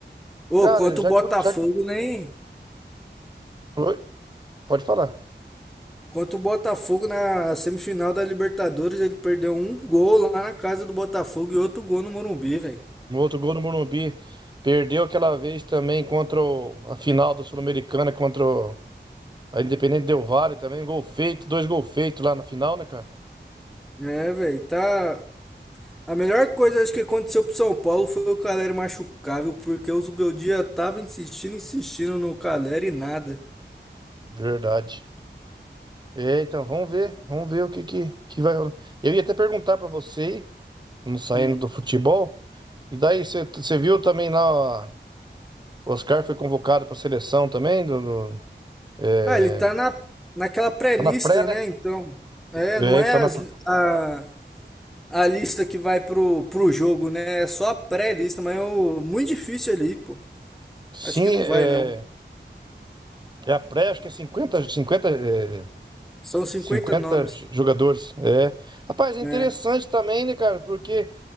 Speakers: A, in the centre; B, on the right.
A: Ô,
B: Cara,
A: quanto
B: já
A: o Botafogo
B: que. Já que
A: nem.
B: Oi? pode falar.
A: Contra o Botafogo na semifinal da Libertadores, ele perdeu um gol lá na casa do Botafogo e outro gol no Morumbi, velho.
B: O outro gol no Morumbi perdeu aquela vez também contra o, a final da Sul-Americana contra o. A Independente Del Valle também, gol feito, dois gol feitos lá na final, né, cara?
A: É, velho, tá. A melhor coisa acho que aconteceu pro São Paulo foi o Caleri machucável, porque o Zubeldia tava insistindo, insistindo no Caleri e nada.
B: Verdade. É, então vamos ver, vamos ver o que que, que vai rolar. Eu ia até perguntar pra você, aí, não saindo
A: Hum.
B: do futebol, e daí você você viu também lá, ó, o Oscar foi convocado pra seleção também, do, do- é,
A: Ah, ele tá na, naquela pré-lista,
B: tá na pré, né?
A: né? Então, é,
B: É,
A: não é
B: tá na,
A: as-
B: pr-
A: a, a lista que vai pro, pro jogo, né? É só a pré-lista, mas é o- muito difícil ali, pô.
B: sim,
A: Acho que não
B: é,
A: vai, não.
B: é a pré, acho que é cinquenta, cinquenta, é,
A: São 50
B: 50
A: nomes,
B: jogadores. É. Rapaz, é interessante
A: né?
B: também, né, cara? Porque